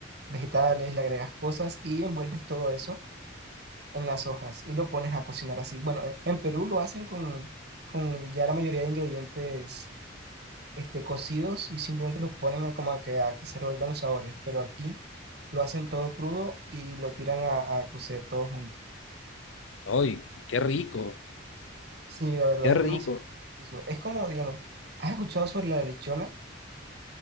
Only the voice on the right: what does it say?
vegetales, le agregas cosas y envuelves todo eso en las hojas y lo pones a cocinar así. Bueno, en en Perú lo hacen con, con ya la mayoría de ingredientes este, cocidos y simplemente los ponen a, como a que, a que se revuelvan los sabores, pero aquí lo hacen todo crudo y lo tiran a, a cocer todo junto.
Sí, la verdad
es
demasiado delicioso. Es como, digamos, ¿has escuchado sobre la lechona?